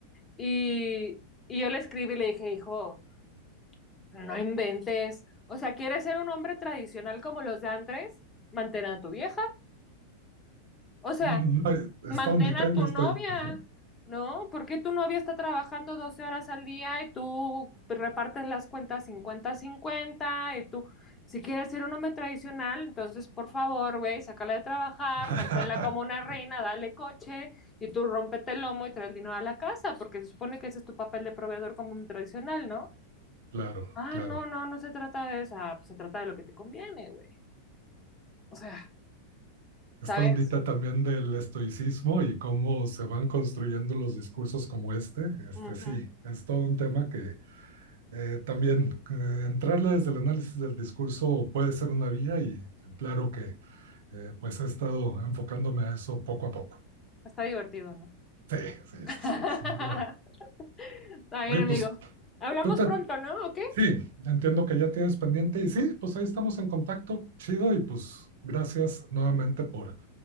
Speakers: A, on the left; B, on the right.
A: Y, y yo le escribí y le dije, hijo, no inventes, o sea, ¿quieres ser un hombre tradicional como los de antes? Mantén a tu vieja. O sea,
B: Mm, No, es- esta
A: mantén
B: ondita
A: a
B: del
A: tu
B: estoicismo.
A: novia, ¿no? Porque tu novia está trabajando 12 horas al día y tú repartes las cuentas cincuenta-cincuenta y tú, si quieres ser un hombre tradicional, entonces por favor, güey, sácala de trabajar,
B: <laughs>
A: manténla como una reina, dale coche y tú rómpete el lomo y trae el dinero a la casa, porque se supone que ese es tu papel de proveedor como un tradicional, ¿no?
B: Claro,
A: Ah,
B: claro.
A: no, no, no se trata de esa, pues se trata de lo que te conviene, güey. O sea,
B: Esta
A: ¿sabes?
B: ondita también del estoicismo y cómo se van construyendo los discursos como este, este
A: Ujú.
B: sí, es todo un tema que eh, también eh, entrarle desde el análisis del discurso puede ser una vía y claro que eh, pues he estado enfocándome a eso poco a poco.
A: Está divertido, ¿no?
B: Sí, sí,
A: <laughs>
B: sí, sí, sin duda.
A: Está bien,
B: Oye,
A: amigo.
B: pues
A: Hablamos
B: tú te
A: pronto, ¿no? ¿O qué?
B: Sí, entiendo que ya tienes pendiente y sí, pues ahí estamos en contacto, chido, y pues gracias nuevamente por